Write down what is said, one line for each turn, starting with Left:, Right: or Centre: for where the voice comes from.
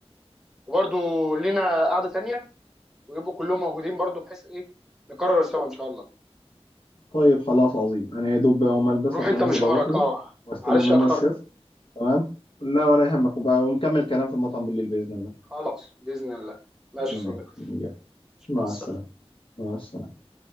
Centre: وبرضو لينا قعده تانيه ويبقوا كلهم موجودين برضو بحيث ايه نكرر سوا ان شاء الله
Left: طيب خلاص عظيم انا يا دوب بقى اقوم البس
Centre: روح
Left: عشان
Centre: انت
Left: انزل
Centre: مشوارك
Left: اروح له
Centre: اه
Left: واستلم
Centre: معلش
Left: منه
Centre: اخرتك
Left: الشيفت تمام لا ولا يهمك وبقى ونكمل كلام في المطعم بالليل باذن الله
Centre: خلاص باذن الله ماشي
Left: تمام.
Centre: يا صديقي
Left: يلا مع
Centre: مع السلامه
Left: السلامه مع السلامه